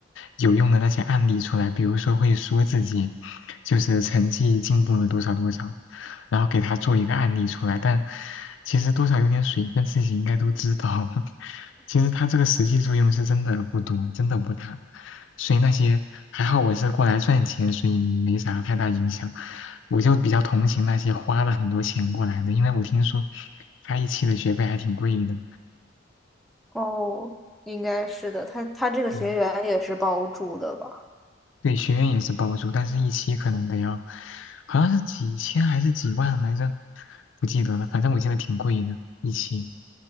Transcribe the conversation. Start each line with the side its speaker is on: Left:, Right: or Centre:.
Left: 有用的那些案例出来，比如说会说自己就是成绩进步了多少多少，然后给他做一个案例出来，但其实多少有点水分，自己应该都知道，<laughs> 其实他这个实际作用是真的不多，真的不大。所以那些还好我是过来赚钱，所以没啥太大影响。我就比较同情那些花了很多钱过来的，因为我听说他一期的学费还挺贵的。
Centre: 哦，应该是的，他他这个学员也是包住的吧？
Left: 对，对，学院也是包住，但是一期可能得要，好像是几千还是几万来着，不记得了。反正我记得挺贵的，一期。